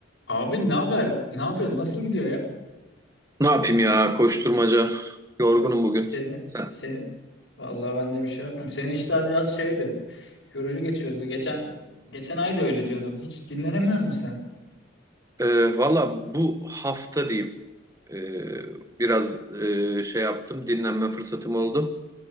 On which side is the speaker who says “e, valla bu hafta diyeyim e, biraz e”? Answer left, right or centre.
Right